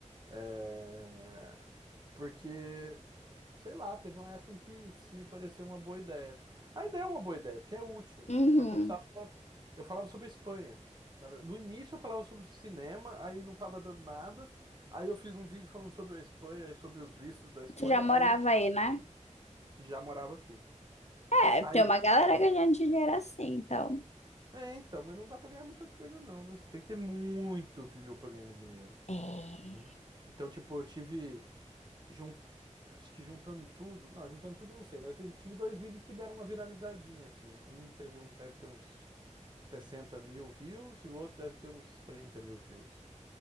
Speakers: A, on the right; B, on the left.
A: É, porque Sei lá, teve uma época em que, que me pareceu uma boa ideia. a ideia é uma boa ideia, porque é útil, né?
B: Uhum.
A: Só que eu precisava. Eu falava sobre a Espanha. Na verdade, no início eu falava sobre cinema, aí não tava dando nada. Aí eu fiz um vídeo falando sobre a Espanha e sobre os vistos da Espanha,
B: Tu já morava
A: aí
B: aí, né?
A: já morava aqui.
B: É,
A: Aí,
B: tem uma galera ganhando dinheiro assim, então.
A: é, então, mas não dá pra ganhar muita coisa, não, viu? Você tem que ter muito view pra ganhar dinheiro.
B: É.
A: Não- Então, tipo, eu tive. Junt... Acho que juntando tudo. Não, juntando tudo eu não sei, mas eu tive tive dois vídeos que deram uma viralizadinha, assim. Um teve um, deve ter uns sessenta mil views e o outro deve ter uns trinta mil views.